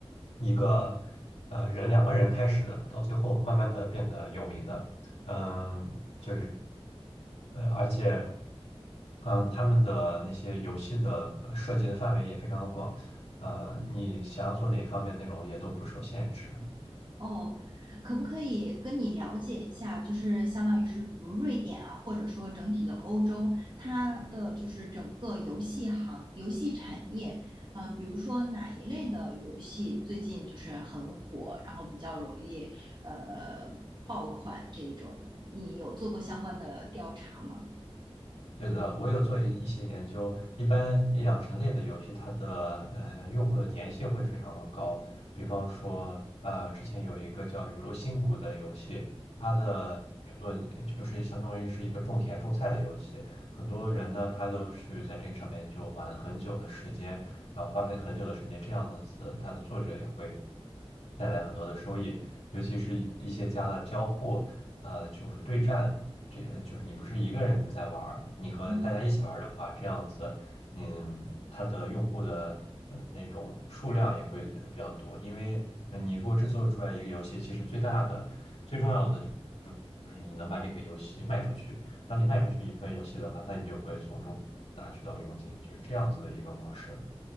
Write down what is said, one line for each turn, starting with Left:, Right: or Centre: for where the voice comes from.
Left: 一个呃人两个人开始的，到最后慢慢的变得有名的，嗯，就是呃而且嗯他们的那些游戏的呃涉及的范围也非常广，呃你想要做哪方面内容也都不受限制。
Right: 哦，可不可以跟你了解一下，就是相当于是比如瑞典啊，或者说整体的欧洲，它的就是整个游戏行、游戏产业，嗯，比如说哪一类的游戏最近就是很火，然后比较容易呃爆款这一种，你有做过相关的调查吗？
Left: 对的，我有做一一些研究，一般养成类的游戏，它的呃用户的粘性会非常的高。比方说，呃，之前有一个叫《雨露新谷》的游戏，它的用作就是相当于是一个种田种菜的游戏，很多人呢他都去在这个上面就玩很久的时间，然后花费很久的时间，这样子它的作者也会带来很多的收益，尤其是一一些加了交互，呃，就是对战。这呃就是你不是一个人在玩儿，你和大家一起玩儿的话，
Right: 嗯。
Left: 这样子，嗯，它的用户的呃那种数量也会呃比较多。因为呃你如果制作出来一个游戏，其实最大的、最重要的就是你能把这个游戏卖出去。当你卖出去一份游戏的话，那你就会从中拿取到佣金，就是这样子的一个模式。